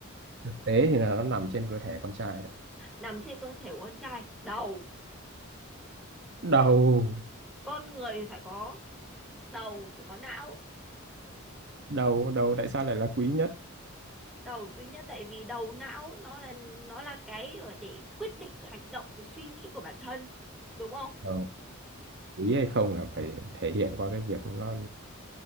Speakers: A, on the right; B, in the centre.
A: thực tế thì là nó nằm trên cơ thể con trai đấy
B: Nằm trên cơ thể của con trai, đầu,
A: đầu
B: con người phải có đầu, phải có não.
A: đầu đầu tại sao lại là quý nhất
B: đầu quý nhất tại vì đầu não nó là nó là cái để quyết định hành động và suy nghĩ của bản thân đúng không
A: Ờ, quý hay không là phải thể hiện qua cái việc nó